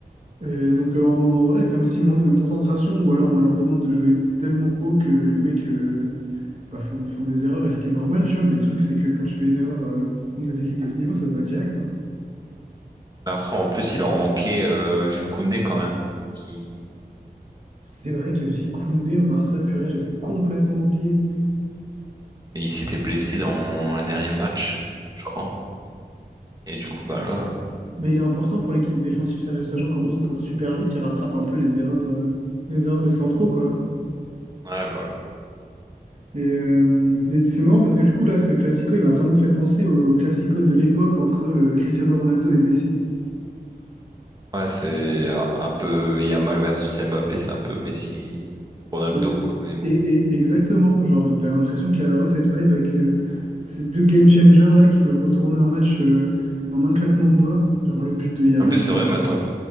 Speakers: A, on the right (about 45°); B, on the right (about 25°).
A: Euh, donc euh, en, en vrai, comme s'il manque de concentration, ou alors on leur demande de jouer tellement haut que les mecs euh, bah, font, font des erreurs, et ce qui est normal, tu vois, mais le truc c'est que quand tu fais une erreur euh, contre des équipes de ce niveau, ça te va direct. hein.
B: Mais Après, en plus, il leur manquait euh, Jules Koundé quand même, qui
A: C'est vrai qu'il y a aussi Koundé au Barça, purée, j'avais complètement oublié.
B: et il s'était blessé dans le dernier match, je crois. Et du coup, bah là.
A: Mais il est important pour l'équipe défensive, sa- sachant qu'en plus il court super vite, il rattrape un peu les erreurs, euh, les erreurs des centraux, quoi.
B: Ouais, bah, ouais,
A: Et, euh, et c'est marrant parce que du coup, là, ce classico, il m'a vraiment fait penser au classico de l'époque entre euh, Cristiano Ronaldo et Messi.
B: Ouais, c'est un un peu Yamal versus Mbappé, c'est un peu Messi, Ronaldo,
A: Ouais.
B: quoi. Mais bon.
A: Et, et- exactement, genre, t'as l'impression qu'il y a vraiment cette vibe avec euh, ces deux game changers là qui peuvent retourner un match euh, en un claquement de doigts. Genre, le but de Yamal,
B: En plus, c'est
A: il faut.
B: vrai, maintenant, que-